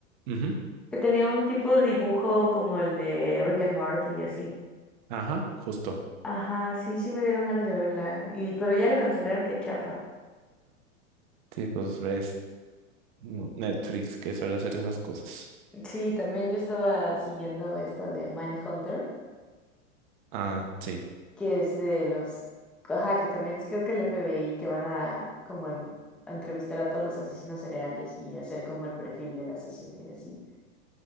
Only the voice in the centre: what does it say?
Que tenía un tipo de dibujo como el de Rick and Morty y así.
Ajá, sí, sí me dieron ganas de verla. Y, pero ya la cancelaron, qué chafa.
Sí, también yo estaba siguiendo esta de Mindhunter,
que es de los, ajá, que también es creo que el FBI que van a como en- a entrevistar a todos los asesinos cereales y hacer como el perfil del asesino y así.